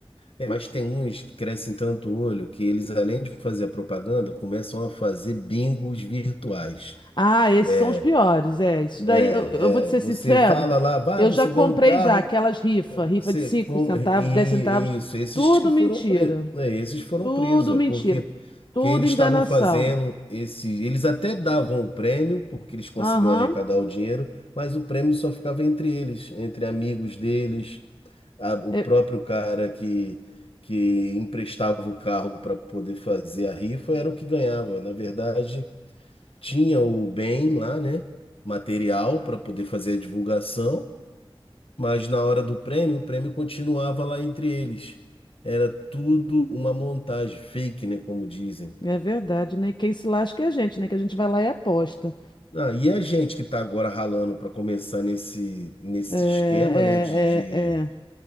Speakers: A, on the left; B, on the left.
A: é, mas tem uns que crescem tanto o olho que eles, além de fazer a propaganda, começam a fazer bingos virtuais.
B: Ah, esses
A: É,
B: são os piores, é. Isso
A: é,
B: daí, eu, eu vou te ser
A: é. Você
B: sincero,
A: fala lá, "Bah,
B: eu
A: você
B: já comprei
A: ganha um carro
B: já aquelas rifas, rifa
A: Você,
B: de 5
A: com,
B: centavos,
A: e,
B: 10 centavos,
A: e isso, esses
B: tudo
A: que foram
B: mentira,
A: presos, esses foram
B: tudo
A: presos,
B: mentira,
A: é porque
B: tudo
A: que eles
B: enganação.
A: estavam fazendo esse, eles até davam o prêmio porque eles conseguiam
B: Aham,
A: arrecadar o dinheiro, mas o prêmio só ficava entre eles, entre amigos deles, a- o
B: é,
A: próprio cara que que emprestava o carro para poder fazer a rifa era o que ganhava. Na verdade, tinha o bem lá, né, material para poder fazer a divulgação mas na hora do prêmio, o prêmio continuava lá entre eles. Era tudo uma montagem fake, né, como dizem.
B: é verdade, né? Quem se lasca é a gente, né? Que a gente vai lá e aposta.
A: Ah, e a gente que está agora ralando para começar nesse, nesse
B: É,
A: esquema, né, de, de,
B: é, é, é.